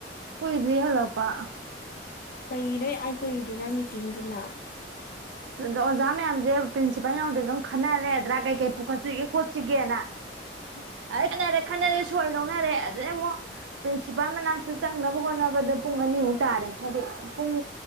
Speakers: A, on the right; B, on the left.
A: ꯀꯨꯏꯗ꯭ꯔꯤ ꯍꯜꯂꯛꯄ
B: ꯀꯩꯒꯤꯅꯣ ꯌꯥꯝ ꯀꯨꯏꯗꯨꯅ ꯃꯤꯇꯤꯡꯗꯨꯅ
A: ꯑꯗ ꯑꯣꯖꯥ ꯃꯌꯥꯝꯖꯦ ꯄ꯭ꯔꯤꯟꯁꯤꯄꯥꯟ ꯌꯥꯎꯗꯕꯤꯗ ꯑꯗꯨꯝ ꯈꯟꯅꯔꯦꯗ꯭ꯔꯥ ꯀꯩ ꯀꯩ ꯄꯨꯈꯠꯁꯤꯒꯦ ꯈꯣꯠꯁꯤꯒꯦꯅ
B: <unintelligible>
A: ꯑꯗꯩ ꯈꯠꯅꯔꯦ ꯈꯠꯅꯔꯦ ꯁꯣꯏ ꯂꯧꯅꯔꯦ ꯑꯗꯨꯗꯩ ꯑꯃꯨꯛ ꯄ꯭ꯔꯤꯟꯁꯤꯄꯥꯜ ꯃꯅꯥꯛ ꯗꯨ ꯆꯪꯅꯕ ꯍꯣꯠꯅꯕꯗ ꯄꯨꯡ ꯑꯅꯤꯃꯨꯛ ꯇꯥꯔꯦ ꯍꯥꯏꯗꯤ ꯄꯨꯡ